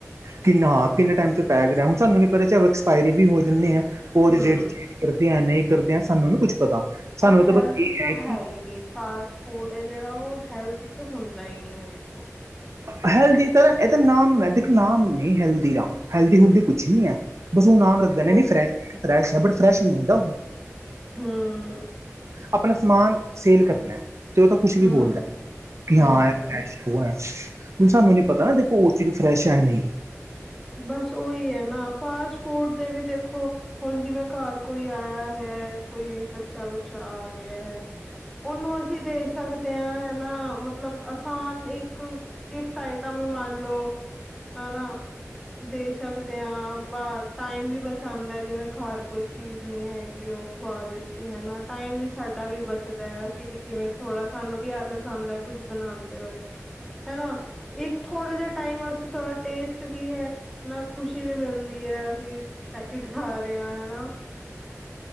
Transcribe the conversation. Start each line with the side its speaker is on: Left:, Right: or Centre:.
Right: ਕਿੰਨਾਂ ਹਾਂ ਕਿੰਨੇ ਟਾਈਮ ਤੋਂ ਪੈਕਡ ਐ ਹੁਣ ਸਾਨੂੰ ਨੀ ਪਤਾ ਚਾਏ ਉ ਐਕਸਪਾਇਰੀ ਵੀ ਹੋ ਜਾਂਦੇ ਆ। ਉਹਦੇ
Centre: ਹਮ
Right: ਡੇਟ ਚੇਂਜ ਕਰਦੇ ਆ ਨਹੀਂ ਕਰਦੇ ਆ ਸਾਨੂੰ ਨੀ ਕੁੱਛ ਪਤਾ। ਸਾਨੂੰ
Centre: ਔਰ
Right: ਤਾਂ
Centre: ਹੈਲਦੀ
Right: ਬਸ ਇਹ
Centre: ਤਾਂ ਓ
Right: ਕਿ
Centre: ਹੈ ਹੀ ਨਹੀਂ ਫ ਫਾਸਟ ਫੂਡ ਹੈ ਜਿਹੜਾ ਉਹ ਹੈਲਦੀ ਤਾਂ ਹੁੰਦਾ ਹੀ ਨਹੀਂ ਹੈ ਦੇਖੋ
Right: ਹੈਲਦੀ ਤਾਂ ਇਹ ਤਾਂ ਨਾਮ ਦੇਖ ਨਾਮ ਨਹੀਂ ਹੈਲਦੀ ਦਾ ਹੈਲਦੀ ਹ ਕੁਛ ਨੀਂ ਹੈ। ਬਸ ਨਾਮ ਰੱਖਦੇ ਨੇ
Centre: ਉਹੀ
Right: ਨ ਫਰੈਸ਼ ਆ ਬਟ ਫਰੈਸ਼ ਨੀਂ ਹੁੰਦਾ ਉਹ।
Centre: ਹਮ
Right: ਆਪਣਾ ਸਮਾਨ ਸੇਲ ਕਰਨਾ ਤੇ ਉਹ ਤਾਂ ਕੁਛ ਵੀ
Centre: ਹਮ
Right: ਬੋਲਦਾ ਕਿ
Centre: ਹਮ
Right: ਹਾਂ <unintelligible> ਹੁਣ ਸਾਨੂੰ ਨੀਂ ਪਤਾ ਨਾ ਦੇਖੋ ਉਹ ਚੀਜ਼ ਫਰੈਸ਼ ਹੈ ਨਹੀਂ।
Centre: ਬਸ ਉਹੀ ਹੈ ਨਾਂ ਫਾਸਟ ਫੂਡ ਦੇ ਵੀ ਦੇਖੋ ਹੁਣ ਜਿਵੇਂ ਘਰ ਕੋਈ ਕਿ ਆਇਆ ਹੈ ਕੋਈ ਬੱਚਾ- ਬੁੱਚਾ ਆ ਗਿਆ ਹੈ। ਉਹਨੂੰ ਅਸੀਂ ਦੇ ਸਕਦੇ ਹੈ ਨ ਮਤਲਬ ਆਸਾਨ ਇੱਕ ਇੱਕ ਗਿਫਟ ਆਈਟਮ ਵੀ ਮੰਨ ਲੋ ਹਨਾਂ। ਦੇ ਸਕਦੇ ਹਾਂ, ਬ ਟਾਈਮ ਵੀ ਬਚਾਉਂਦਾ ਜਿਵੇਂ ਘਰ ਕੋਈ ਚੀਜ਼ ਨਹੀਂ ਹੈਗੀ ਉਹ ਖਵਾ ਦਿੱਤੀ ਹਨਾ, ਟਾਈਮ ਵੀ ਸਾਡਾ ਵੀ ਬ <unintelligible> ਅਸੀਂ ਵੀ ਜਿਵੇਂ ਥੋੜਾ ਸਾਨੂੰ ਵੀ ਆਲਸ ਆਉਦਾ ਹੈ ਕੁੱਝ ਬਣਾਉਂਦੇ ਹੋਏ। ਹਨਾਂ। ਇੱਕ ਥੋੜੇ ਜਿ ਟਾਈਮ ਵਾਸਤੇ ਥੋੜ੍ਹਾ ਟੇਸਟ ਵੀ ਹੈ ਨਾਂ ਖੁਸ਼ੀ ਵੀ ਮਿਲਦੀ ਹੈ ਅਸੀਂ ਪੈਕੇਟ ਖਾ ਰਹੇ ਹਾਂ ਹਨਾਂ